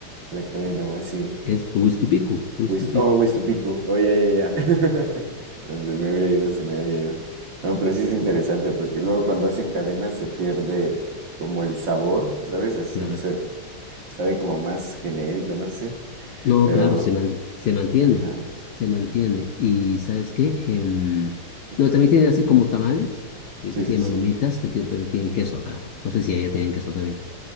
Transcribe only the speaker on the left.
Es Huistupico, Huistupico,
claro.
No,
claro, se man- se mantiene,
se mantiene. ¿Y sabes qué? Em,
no, también tienen así como tamales, que
aquí se
llaman
humitas, que tienen- pero tienen queso acá. No sé si allá tienen queso también.